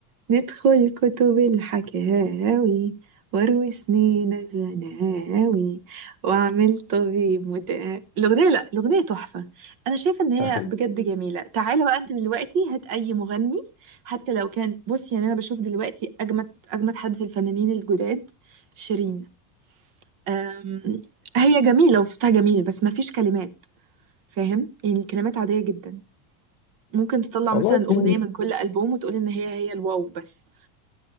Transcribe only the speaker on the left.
أهي
والله
في